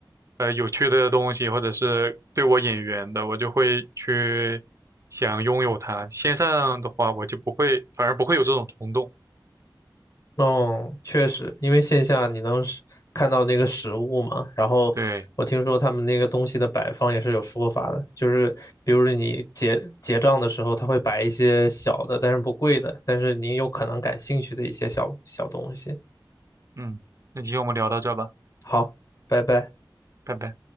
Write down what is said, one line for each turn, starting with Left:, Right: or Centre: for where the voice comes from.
Right: 呃有趣的东西，或者是对我眼缘的，我就会去想拥有它。线上的话，我就不会，反而不会有这种冲动。
Left: 哦，确实，因为线下你能是看到那个实物嘛，然后我听说他们那个东西的摆放也是有说法的，
Right: 对，
Left: 就是比如说你结结账的时候，他会摆一些小的，但是不贵的，但是你有可能感兴趣的一些小小东西。
Right: 嗯，那今天我们聊到这吧，
Left: 好，拜拜。
Right: 拜拜。